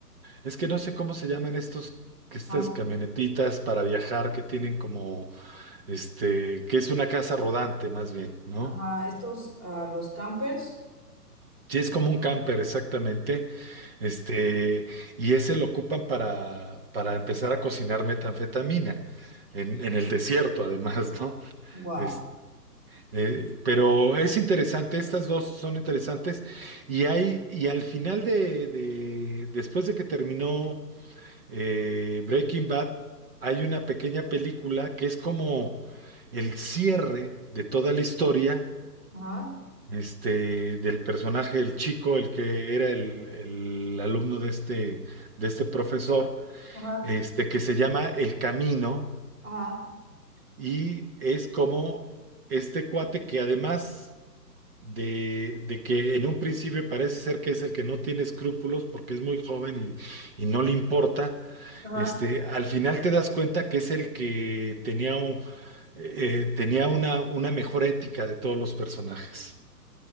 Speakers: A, on the right (about 35°); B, on the right (about 20°).
A: es que no sé cómo se llaman estos, que estas
B: Am-
A: camionetitas para viajar que tienen como, este, que es una casa rodante más bien, ¿no?
B: Ajá, estos, ah, los campers.
A: Sí, es como un camper, exactamente. Este, y ese lo ocupan para, para empezar a cocinar metanfetamina en, en el desierto, además, ¿no?
B: Wow.
A: Es- eh, pero es interesante, estas dos son interesantes. Y hay, y al final de, de- después de que terminó. eh, Breaking Bad, hay una pequeña película que es como el cierre de toda la historia,
B: Ajá,
A: este, del personaje, el chico, el que era el, el alumno de este, de este profesor,
B: ajá,
A: este, que se llama El Camino,
B: ajá.
A: y es como este cuate que además de, de que en un principio parece ser que es el que no tiene escrúpulos porque es muy joven y, y no le importa,
B: ajá.
A: este, al final te das cuenta que es el que tenía, un- eh, tenía una, una mejor ética de todos los personajes.